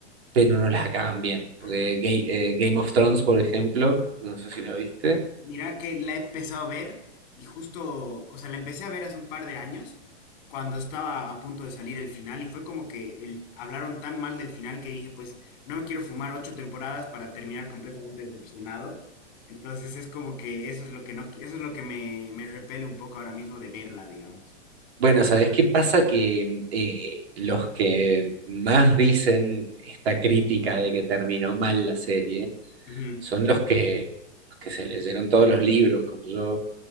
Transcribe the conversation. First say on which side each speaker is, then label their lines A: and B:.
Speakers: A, on the right; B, on the left.
A: pero no las acaban bien. Porque
B: Ah,
A: Ga- eh, Game of Thrones, por ejemplo, no sé si la viste.
B: mira que la he empezado a ver y justo, o sea, la empecé a ver hace un par de años cuando estaba a punto de salir el final y fue como que el, hablaron tan mal del final que dije, pues no me quiero fumar ocho temporadas para terminar completamente decepcionado. Entonces es como que eso es lo que no, eso es lo que me, me repele un poco ahora mismo de verla, digamos.
A: Bueno, ¿sabes qué pasa? Que eh, los que más dicen esta crítica de que terminó mal la serie
B: Ujú.
A: son los que, los que se leyeron todos los libros, como yo,